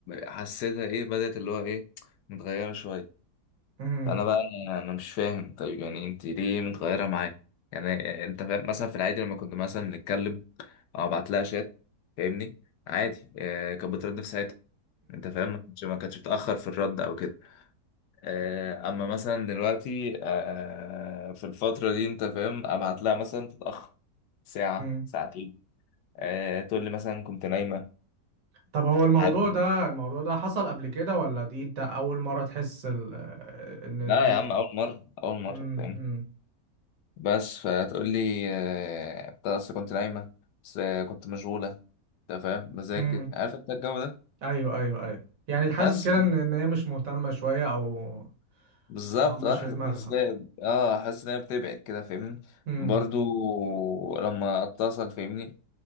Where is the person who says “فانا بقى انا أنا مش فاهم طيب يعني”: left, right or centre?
Left